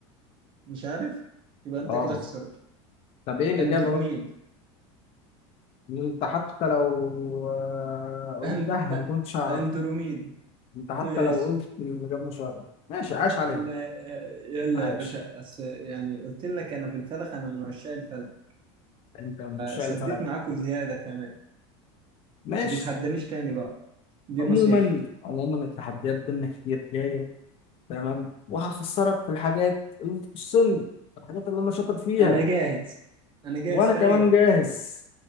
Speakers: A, on the right; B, on the left.
A: مش عارف يبقى انت
B: اه
A: كده خسرت
B: طب ايه الاجابه
A: اندروميد
B: بقى انت حتى لو آه، قلتها
A: أن...
B: ما
A: أ-
B: كنتش اعرف
A: اندروميد <laughs>
B: انت حتى
A: ماشي
B: لو قلت الاجابه مش عارف ماشي عاش عليك
A: لا يلا
B: عاش
A: يا باشا أس... يعني قلت لك انا في الفلك انا من عشاق الفلك
B: انت من عشاق
A: فسديت
B: الفلك
A: معاكم زيادة كمان
B: ماشي
A: ما تتحدانيش تاني بقى دي
B: عموما
A: نصيحة
B: عموما التحديات بينا كتير جايه تمام وهخسرك في الحاجات اللي بتخصني الحاجات اللي انا شاطر فيها
A: انا جاهز انا جاهز
B: وانا
A: في
B: كمان
A: اي وقت
B: جاهز